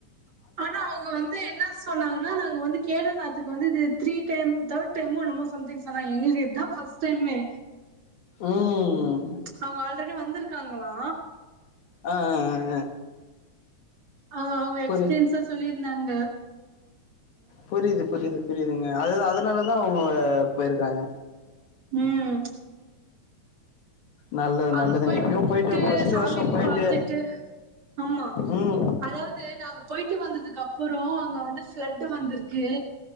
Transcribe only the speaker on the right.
ஆனா அவுங்க வந்து என்னா சொன்னாங்கனா இங்க வந்து கேதநாத்துக்கு வந்து இது த்ரீ டைம் த்தேட் டைம் என்னமோ சம்திங் சொன்னாங்க எங்களுக்கு இதா ஃப்ஸ்ட் டைமே
அவுங்க ஆல்ரெடி வந்துரு க்காங்களா
ஆ அவுங்க
எக்ஸ்பீன்ஸா சொல்லி ன்னாங்க
உம்
அங்க
போய்
ட்டு
சாமி
பாத்துட்டு ஆமா
அதாவது நாங்க போய்ட்டு வந்தது கப்புறோ அங்க வந்து ஃபிலெட்டு வந்துருக்கு